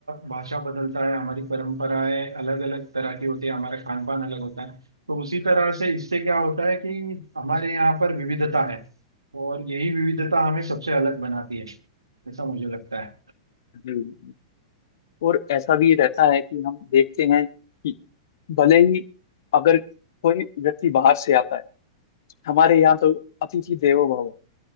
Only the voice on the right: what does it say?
भाषा बदलता है हमारी परंपराएं अलग अलग तरह की होती है हमारा खान पान अलग होता है तो उसी तरह से इससे क्या होता है कि हमारे यहाँ पर विविधता है और यही विविधता हमें सबसे अलग बनाती है ऐसा मुझे लगता है